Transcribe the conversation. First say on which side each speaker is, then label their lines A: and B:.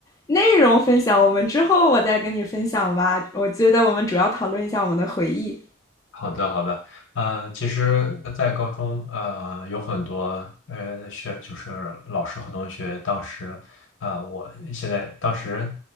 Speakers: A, on the left (about 15°); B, on the left (about 75°).
A: 内容分享我们之后我再跟你分享吧。我觉得我们主要讨论一下我们的回忆。
B: 好的，好的，呃，其实，呃在高中，呃，有很多，呃，学就是老师和同学，当时，啊、我现在当时